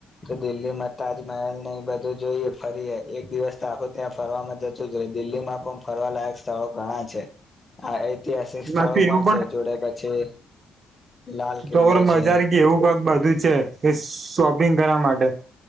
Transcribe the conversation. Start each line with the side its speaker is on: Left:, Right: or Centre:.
Left: તો દિલ્હી માં તાજમહેલ ને એ બધું જોઈએ ફરીએ એક દિવસ તો આખો ત્યાં ફરવા જ શ દિલ્હીમાં પણ ફરવાલાયક સ્થળો ઘણા છે હ ઐતિહાસિક સ્થળો
Right: બાકી
Left: પણ
Right: એવું
Left: છે જોડે પછી લાલ કિલ્લો
Right: તોર મજા
Left: છે
Right: ગ એવું કક બધું છે કે શોપિંગ કરવા માટે